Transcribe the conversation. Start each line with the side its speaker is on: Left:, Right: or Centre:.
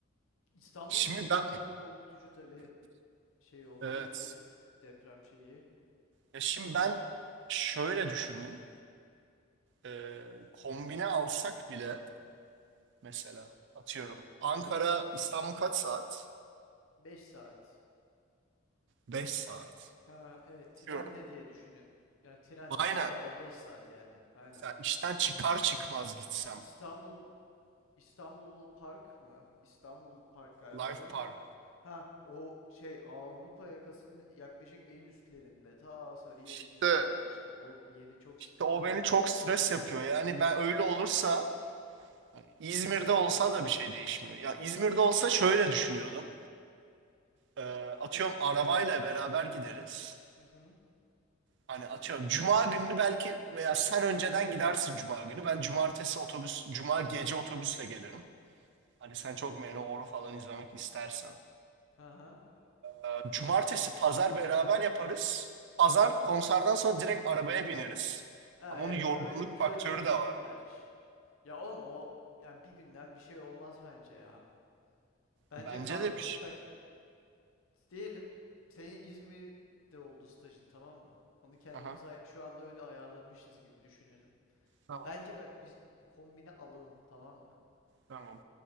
Left: İstanbul
Right: Şimdi
Left: bir de şu
Right: ben
Left: aralar korkutucu tabii şey olduğu
Right: evet
Left: için deprem şeyi.
Right: Ya şimdi ben şöyle düşündüm. Ee, kombine alsak bile mesela atıyorum Ankara İstanbul kaç saat?
Left: 5 saat.
Right: 5 saat.
Left: Ha evet trenle
Right: Diyorum.
Left: diye düşünü. Ya trenle
Right: Aynen.
Left: arabayla 5 saat yani. Aynen.
Right: Ya işten çıkar çıkmaz gitsem.
Left: Ki İstanbul İstanbul Park mı? İstanbul Park galiba
Right: Life
Left: değil mi?
Right: Park.
Left: Ha o şey Avrupa yakasının yaklaşık en üstlerinde. Ta Sarıyer'in
Right: İşte
Left: de üstünde işte. O yeri çok sıkıntılı.
Right: İşte o beni çok stres yapıyor. Yani ben öyle olursa hani İzmir'de olsa da bir şey değişmiyor. Ya İzmir'de olsa şöyle düşünüyordum. Ee, atıyorum arabayla beraber gideriz.
Left: Hı hı.
Right: Hani atıyorum cuma gününü belki veya sen önceden gidersin cuma günü. Ben cumartesi otobüs, cuma gece otobüsle gelirim. Hani sen çok Manowar'u falan izlemek istersen.
Left: Ha ha.
Right: Ee, Cumartesi, pazar beraber yaparız. Pazar konserden sonra direkt arabaya bineriz.
Left: Ha,
Right: Ama
Left: evet
Right: onun yorgunluk
Left: öyle güzel
Right: faktörü
Left: olabilir
Right: de var.
Left: gerçi. Ya oğlum o yani bir günden bir şey olmaz bence ya. Bence
Right: Bence
Left: kalk
Right: de bir şey.
Left: bak diyelim senin İzmir'de oldu stajın tamam mı? Onu kendimiz
Right: Aha,
Left: ay- şu anda öyle ayarlamışız gibi düşünelim.
Right: tamam,
Left: Bence bak biz kombine alalım tamam mı?
Right: tamam.